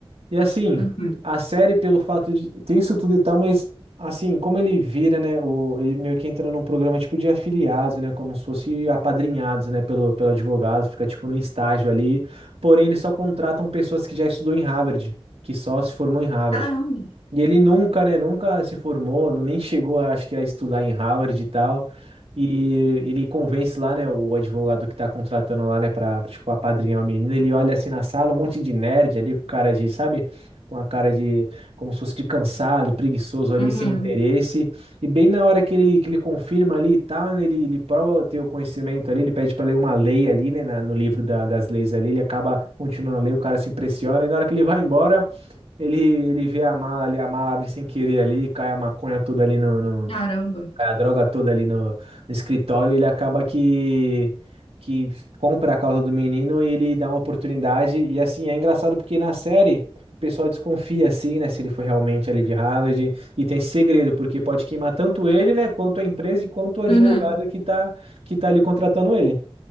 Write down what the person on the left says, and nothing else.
Uhum.
Caramba.
Uhum.
Caramba.
Uhum.